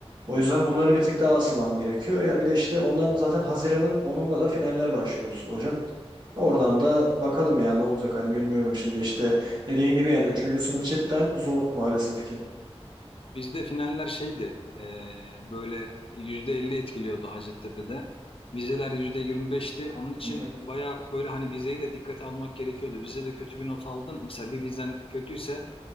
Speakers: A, on the right (about 40°); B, on the left (about 55°).
A: O yüzden bunları bir tık daha asılmam gerekiyor. Ya bir de işte ondan zaten Haziran'ın 10'unda da finaller başlıyorsun. Hocam Oradan da bakalım ya ne olacak hani bilmiyorum şimdi işte dediğin gibi yani üçüncü sınıf cidden zor maalesef ki.
B: Bizde finaller şeydi e, böyle %50 etkiliyordu Hacettepe'de. Vizeler yüzde yirmi beşti. Onun için
A: Hı hı.
B: baya böyle hani vizeyi de dikkate almak gerekiyordu. Vizede kötü bir not aldın. Mesela bir vizen kötüyse